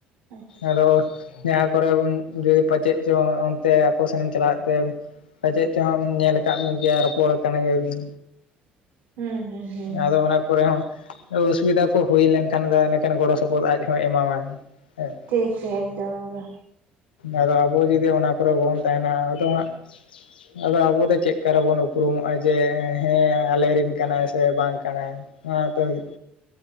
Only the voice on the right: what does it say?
ᱟᱪᱪᱷᱟ
ᱟᱪᱪᱷᱟ᱾
ᱦᱩᱸ ᱦᱩᱸ ᱦᱩᱸ
ᱴᱷᱤᱠ ᱜᱮ ᱮᱠᱫᱚᱢ ᱮᱠᱫᱚᱢ,